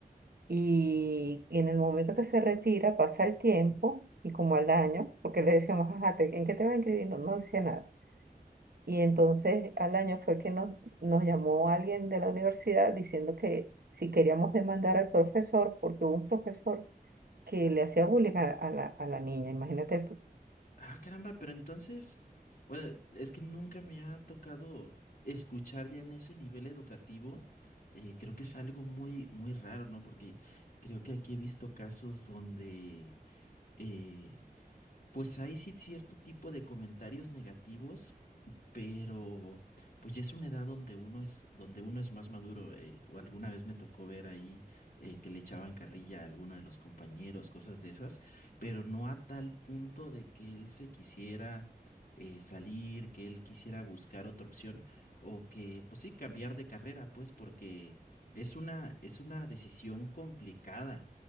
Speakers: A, on the right (about 70°); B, on the left (about 60°).
A: y en el momento que se retira, pasa el tiempo y como al año, porque le decíamos, ajá, ¿te- ¿en qué te va a inscribir? No, no decía nada. Y entonces al año fue que nos, nos llamó alguien de la universidad diciendo que si queríamos demandar al profesor, porque hubo un profesor que le hacía bullying a, a la, a la niña, imagínate tú.
B: Ah, caramba, pero entonces, bueno, es que nunca me ha tocado escuchar ya en ese nivel educativo. eh, creo que es algo muy, muy raro, ¿no? Porque creo que aquí he visto casos donde, eh, pues hay sí cierto tipo de comentarios negativos, pero pues ya es una edad donde uno es, donde uno es más maduro. eh, o alguna vez me tocó ver ahí eh, que le echaban carrilla a alguno de los compañeros, cosas de esas, pero no a tal punto de que él se quisiera eh, salir, que él quisiera buscar otra opción, o que, pues sí, cambiar de carrera, pues, porque es una, es una decisión complicada.